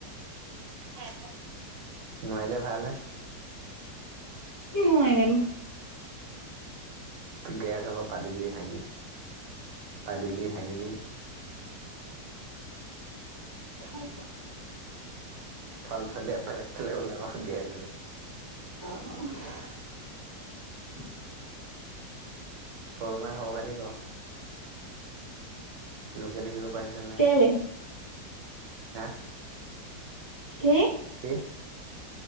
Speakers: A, on the right; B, on the left.
A: নোৱাৰিলে ভাল।
B: নয়নে?
A: ত গেছ হলে পাদিবি হাগিবি পাদিবি হাগিবি
B: ফাল্টু।
A: থল থলীয়া। ফেলেগ ফেলেগ ওলাবগে জুই।
B: অঁ।
A: সৰু মাই খবৰ খাতি ক? লোকেল দেখিব পাইছে নে?
B: কেলে
A: হা।
B: কি?
A: কি?